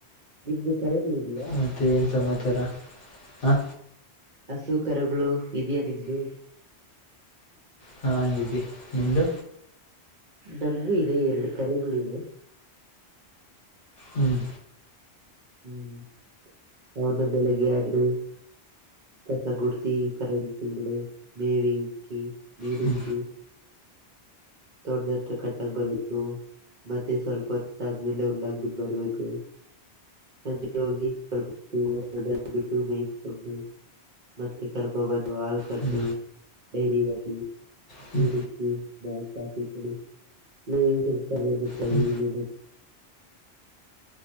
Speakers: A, on the right; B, on the left.
A: ನಿಮ್ದು ಕರೆಗಳು ಇದೆಯಾ
B: ಮತ್ತೆನ್ ಸಮಾಚಾರ ಹ
A: ಹಸು ಕರುಗಳು ಇದ್ಯಾ ನಿಮ್ದು.
B: ಹಾ ಇದಿ ನಿಮ್ದು
A: ನಮ್ಗು ಇದೆ ಎರಡು ಕರುಗಳಿವೆ.
B: ಹ್ಮ್
A: ಹ್ಮ್ ಅವನು ಬೆಳಿಗ್ಗೆ ಆದ್ರೆ. ಕಸ ಗುಡಸಿ ಕರೂಗಳ್ ಬಿಡು ಮೇವಿಕ್ಕಿ ನೀರಿಕ್ಕಿ
B: ಹ್ಞೂ ಹ್ಞೂ
A: ತೋಟದತ್ರ ಕಟ್ಟಕ್ ಬರುತ್ತು. ಮತ್ತೆ ಸ್ವಲ್ಪ ಹೊತ್ತಾದ್ಮೇಲೆ ಹುಲ್ಲಾಕ್ ಬಿಟ್ ಬರ್ಬೇಕು. ಸಂಜೆ ಹೋಗಿ ಸ್ವಲ್ಪ <unintelligible> ಬಿಟ್ಟು ಮೈಸ್ಕೊಂಡು ಮತ್ತೆ ಕರ್ಕೊಬಂದು ಹಾಲ್ ಕರ್ದು
B: ಹ್ಞೂ
A: ಡೈರಿಗ್ ಹಾಕಿ.
B: ಹ್ಞೂ ಹ್ಞೂ
A: ನೀರಿಕ್ಕಿ ನಾ ಕಾಫಿ ಕುಡಿ ನೀರ್
B: ಹ್ಞೂ
A: <unintelligible>